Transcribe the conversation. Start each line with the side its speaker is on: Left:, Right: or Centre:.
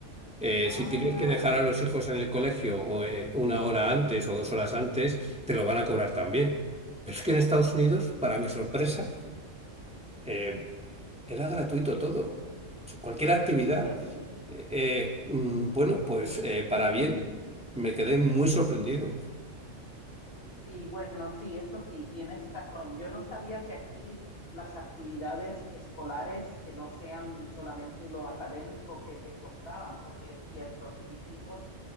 Centre: Eh,
Left: ah,
Centre: si tienes que dejar a los hijos en el colegio o, eh, una hora antes o dos horas antes, te lo van a cobrar también. Pero es que en Estados Unidos, para mi sorpresa, eh, era gratuito todo. Cualquier actividad.
Left: sí, es cierto.
Centre: Eh, mm,
Left: sí.
Centre: bueno, pues eh, para bien, me quedé muy sorprendido.
Left: Sí, bueno, sí, eso sí, tienes razón. Yo no sabía que aquí las actividades escolares que no sean solamente lo académico que te costaban, porque es cierto, mis hijos